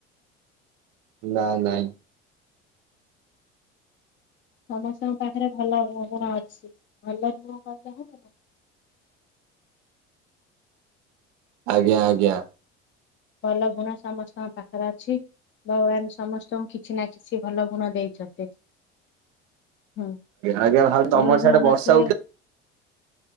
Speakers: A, on the right; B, on the left.
A: ନା ନାଇଁ
B: ସମସ୍ତଙ୍କ ପାଖରେ ଭଲ ଭାବନା ଅଛି, ଭଲ ନୁହଁ କହିଲେ ହବ ନା?
A: ଆଜ୍ଞା ଆଜ୍ଞା।
B: ଭଲ ଗୁଣ ସମସ୍ତଙ୍କ ପାଖରେ ଅଛି, ଭଗବାନ ସମ ସ୍ତଙ୍କୁ କିଛି ନା କିଛି ଭଲ ଗୁଣ ଦେଇଛନ୍ତି। ହୁଁ,
A: ଆଜ୍ଞା ଭାଉ ତମର
B: ଭଲ
A: ସିଆଡେ
B: ଗୁଣ ନଥିଲେ
A: ବର୍ଷା
B: <unintelligible>